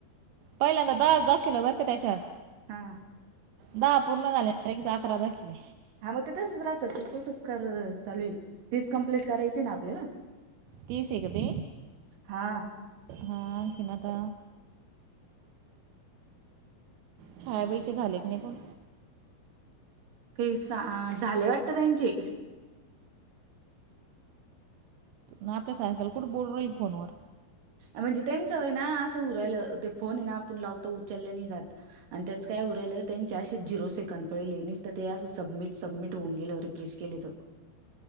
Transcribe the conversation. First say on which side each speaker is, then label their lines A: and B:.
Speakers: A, on the right; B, on the right.
A: पहिल्यांदा दहा- दहा किलो व्हय का त्याच्या
B: हा
A: दहा पूर्ण झाले कि अकरा झाले.
B: हा मग ते तेसच राहत कसच कर चालू तीस कम्प्लीट करायची ना आपल्याला?
A: तीस हाय का ते?
B: हा
A: हा खेनाता छायाबाईचे झाले की नाही कोण?
B: कय सा झालेय वाटत त्यांचे
A: ना आपल्यासारख्याला कुठे बोलू राहील फोनवर
B: म्हणजे त्यांचं ना असं हु रायल ते फोन आहे ना आपण लावतो उचलल्या नाही जात. आणि त्याच काय उरलं त्यांचे असेच झिरो सेकंड पडेले निस तर ते अस सबमिट सबमिट होऊन गेल रिप्रेस केली त